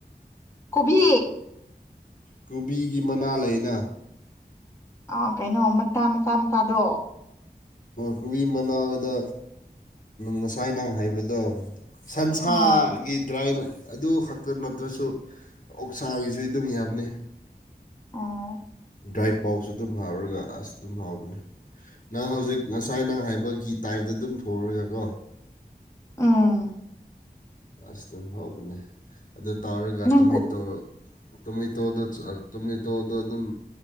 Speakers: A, on the left (about 15°); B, on the left (about 50°).
A: ꯀꯣꯕꯤ
B: ꯀꯣꯕꯤꯒꯤ ꯃꯅꯥ ꯂꯩꯅ
A: ꯑ ꯀꯩꯅꯣ ꯃꯆꯥ ꯃꯆꯥ ꯃꯆꯥꯗꯣ
B: ꯀꯨꯕꯤ ꯃꯅꯥꯗ ꯉꯁꯥꯏ ꯅꯪ ꯍꯥꯏꯕꯗꯣ ꯁꯟꯁꯥꯒꯤ
A: ꯑꯥ
B: ꯗ꯭ꯔꯥꯏꯟ ꯑꯗꯨ ꯈꯛꯇ ꯅꯠꯇ꯭ꯔꯁꯨ ꯑꯣꯛꯁꯥꯒꯤꯁꯨ ꯑꯗꯨꯝ ꯌꯥꯝꯅꯤ
A: ꯑꯥ
B: ꯗ꯭ꯔꯥꯏ ꯄꯥꯎꯁꯨ ꯑꯗꯨꯝ ꯍꯥꯎꯔꯒ ꯑꯁ ꯑꯗꯨꯝ ꯍꯥꯎꯕꯅꯦ ꯅꯪ ꯍꯧꯖꯤꯛ ꯉꯁꯥꯏ ꯅꯪ ꯍꯥꯏꯕꯛꯀꯤ ꯇꯥꯏꯞꯇ ꯑꯗꯨꯝ ꯊꯣꯛꯔꯒ ꯀꯣ
A: ꯎꯝ
B: ꯑꯁ ꯑꯗꯨꯝ ꯍꯧꯕꯅꯦ ꯑꯗꯨ ꯇꯧꯔꯒ
A: ꯅꯪ
B: ꯇꯣꯃꯦꯇꯣ ꯇꯣꯃꯦꯇꯣꯗ ꯇꯣꯃꯦꯇꯣꯗ ꯑꯗꯨꯝ